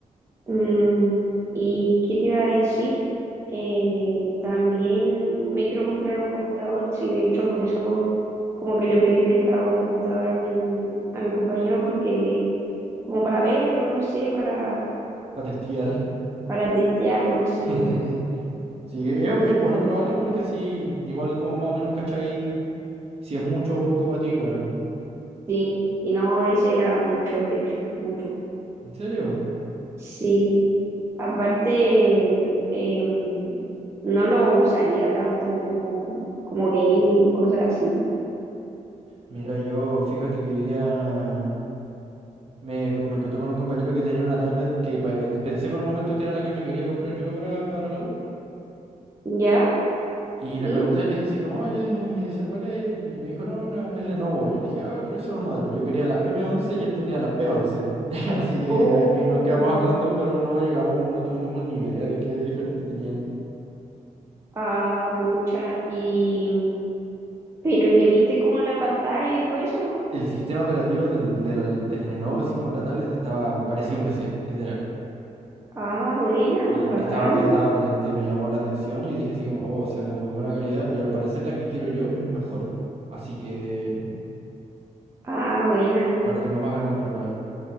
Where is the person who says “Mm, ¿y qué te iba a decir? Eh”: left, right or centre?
Right